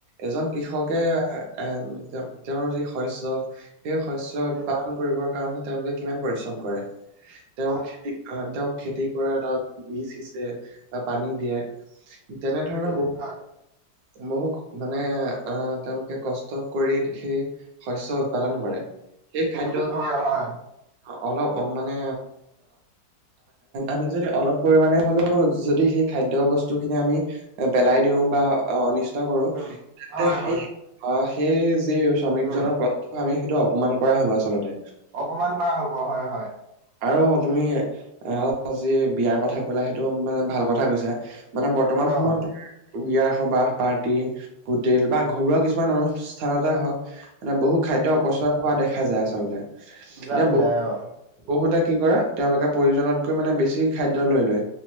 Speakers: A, on the right (about 65°); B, on the right (about 85°).
A: এজন কৃষকে
B: উম,
A: এ তেওঁৰ যি শস্য সেই শস্য উৎপাদন
B: উম,
A: কৰিবৰ কাৰণেহে তেওঁলোকে কিমান পৰিশ্ৰম কৰে তেওঁ
B: হয়
A: খেতি
B: হয়।
A: তেওঁক খেতি কৰা এটা বীজ সিচে বা পানী দিয়ে তেনেধৰণে
B: উম,
A: বহুত
B: হয়।
A: বহু মানে আহ তেওঁলোকে কষ্ট কৰি সেই শস্য উৎপাদন কৰে সেই খাদ্য
B: উম,
A: যদি
B: হয় হয়।
A: আ অলপ মানে আমি যদি অলপ পৰিমাণে হ'লেও যদি সেই খাদ্য বস্তুখিনি আমি পেলাই দিও বা অনিষ্টা কৰো
B: উম,
A: তেন্তে
B: হয়
A: সেই
B: হয়।
A: অ সেই যি শ্ৰমিকজনৰ
B: উম,
A: কথা আমি সেইটো অপমান কৰা হব আচলতে
B: অপমান কৰা হ'ব হয় হয়
A: আৰু তুমি আহ যি বিয়াৰ কথা কলা সেইটোও মানে ভাল কথা কৈছা। মানে বৰ্তমান
B: অ',
A: সময়ত বিয়া, সভা, পাৰ্টি হোটেল বা ঘৰুৱা কিছুমান অনুষ্ঠানতে হওক মানে বহু খাদ্য অপচয় কৰা দেখা যায় আচলতে এতিয়া
B: যাই
A: বহু
B: যাই অ
A: বহুতে কি কৰে তেওঁলোকে প্ৰয়োজনতকৈ মানে বেছি খাদ্য লৈ লয়